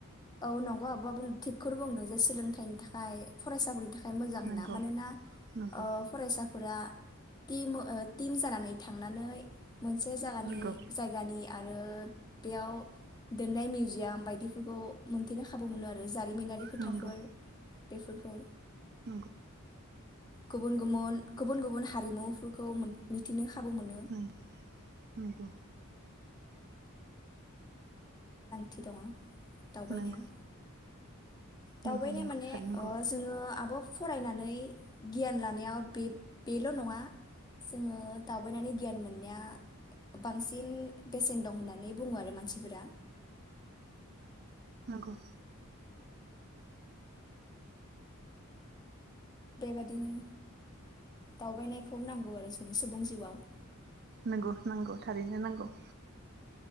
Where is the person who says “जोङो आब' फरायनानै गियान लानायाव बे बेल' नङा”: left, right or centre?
Left